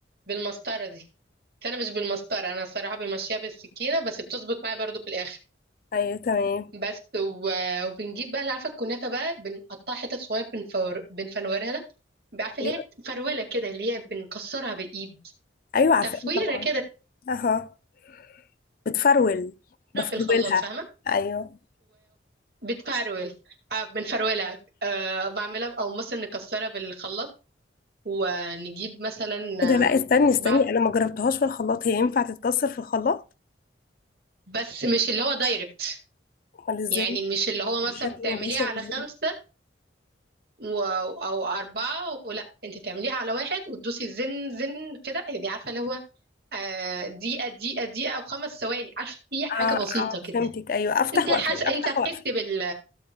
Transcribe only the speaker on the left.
ايوه تمام
ايوه
ايوه عارفاه
طبعا
اها بتفرول بفرولها
ايوه
كده لا
استني استني
انا ما جربتهاش في الخلاط هي ينفع تتكسر في الخلاط
امال ازاي
بشكل
مباشر
ازاي
اه
اه
فهمتك ايوه افتح
واقفل
افتح
واقفل